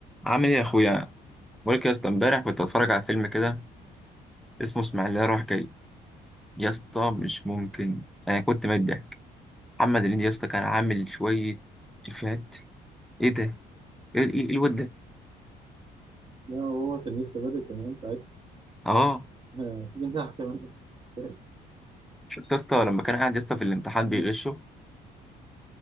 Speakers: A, in the centre; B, on the right.
A: عامل ايه يا اخويا بقولك يا اسطى امبارح كنت اتفرج على فيلم كده اسمه اسماعيليه رايح جاي يا اسطى مش ممكن انا كنت ميت ضحك محمد هنيدي يا اسطى كان عامل شويه افيهات ايه ده ايه ايه إيه الواد ده
B: لا هو كان لسه بادئ كمان ساعتها
A: اه
B: <laughs> ما تيجي نلعب كمان أحسن.
A: شفت يا اسطى لما كان قاعد يا اسطى في الامتحان
B: <laughs> اه
A: بيغشه